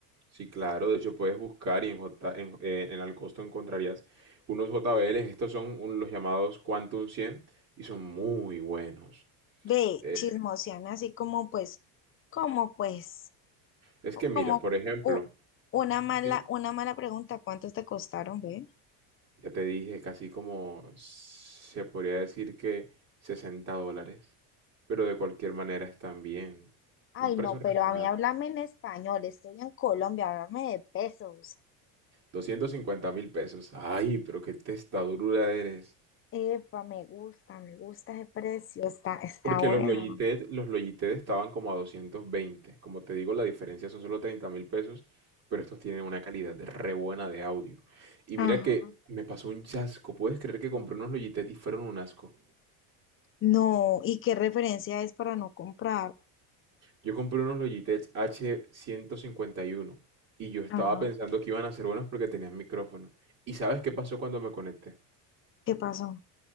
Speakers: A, on the right (about 35°); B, on the left (about 30°).
A: Sí, claro, de hecho puedes buscar y en, J, en, eh, en Alcosto encontrarías unos JBLs, estos son un- los llamados Quantum 100 y son muy buenos.
B: Ve,
A: Eh,
B: chismoseame así como pues, como pues,
A: es que mira,
B: como
A: por ejemplo,
B: u- una mala,
A: sí,
B: una mala pregunta, ¿cuántos te costaron, ve?
A: ya te dije casi como se podría decir que 60 dólares, pero de cualquier manera están bien.
B: Ay,
A: Un precio
B: no, pero
A: racional,
B: a mí háblame en español, estoy en Colombia, háblame de pesos.
A: doscientos cincuenta mil pesos. Ay, pero qué testadura eres.
B: Epa, me gusta, me gusta ese precio, está, está
A: Porque
B: bueno.
A: los Logitech, los Logitech estaban como a 220. Como te digo, la diferencia son solo 30 mil pesos, pero estos tienen una calidad de re buena de audio. Y
B: Ajá.
A: mira que me pasó un chasco. ¿Puedes creer que compré unos Logitech y fueron un asco?
B: No, ¿y qué referencia es para no comprar?
A: Yo compré unos Logitech H151 y uno y yo estaba
B: Ajá.
A: pensando que iban a ser buenos porque tenían micrófono. ¿Y sabes qué pasó cuando me conecté?
B: ¿Qué pasó?